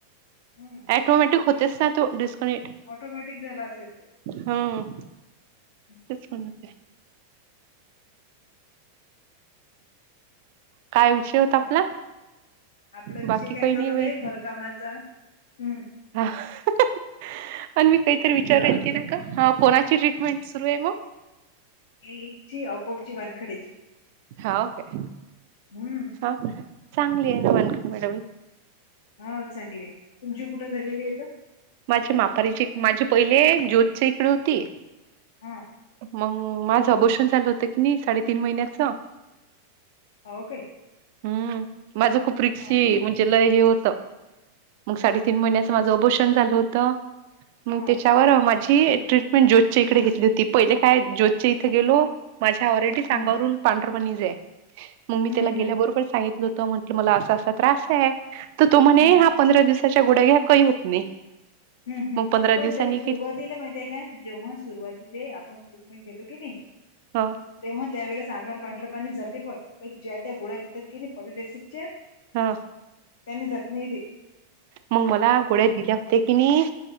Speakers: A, on the left; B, on the right.
A: <inaudible> हम्.
B: अटोमॅटिक होतेस ना तो डिस्कनेक्ट.
A: ऑटोमॅटिक झाला असेल तो.
B: हम्म
A: <inaudible> हं,
B: तेच पण होते. काय विषय होता
A: बाकी
B: आपला?
A: आपला
B: बाकी
A: विषय काय
B: काही
A: चालु
B: नाही बाई
A: होता घरकामाचा. हं.
B: हा. <unintelligible> आणि मी काहीतरी विचार
A: मुलाब
B: ना का कोणाची ट्रीटमेंट सुरू आहे मग.
A: एची अकोटची वानखडेची
B: हाव काय
A: हम्म.
B: <unintelligible> चांगली आहे ना मानख मॅडवी.
A: हा चांगली आहे तुमची कुठं झालेली आहे तर.
B: माझे मापारीची माझे पहिले ज्योतच इकडे होती.
A: हा.
B: मग माझं ऑबोशन झालं होतं की नाही साडेतीन महिन्याच.
A: ह ओकाे.
B: हम्म माझ खूप रिक्षी
A: हा
B: म्हणजे. ते लय हे होत मग साडेतीीन महिन्याच माझं अपोषण झालं होत. मग
A: हा
B: त्याच्यावर अ माझी ट्रीटमेंट ज्योतचे इकडे घेतली होती पहिले काय ज्योतचे इथे गेलो. माझ्या ऑलरेडी सांगावरून
A: हम्म
B: पांढरपणी ज आहे मग मी
A: हम्म
B: त्याला
A: हम्म
B: गेल्याबरोबर सांगितलं. त म्हंटलं मला असा असा त्रास आहे तर तो म्हणे
A: हम्म
B: ह्या पंधरा दिवसाच्या गोड्या घ्या काही होत नाही.
A: हम् हम
B: मग पंधरा
A: पण
B: दिवसांनी
A: ते सुरुवातीला
B: गेली
A: माहिती. नाही जेव्हा सुरुवातीला आपण ट्रीटमेंट घेतो की नाही.
B: हां.
A: तेव्हा त्यावेळेस आगर पांढर पाणी जाते पण ज्या त्या गोळ्या देतात की नाही परडेसिच्या.
B: हा.
A: त्यांनी जत नाहीली.
B: मग मला गोळ्या दिले होते की नाही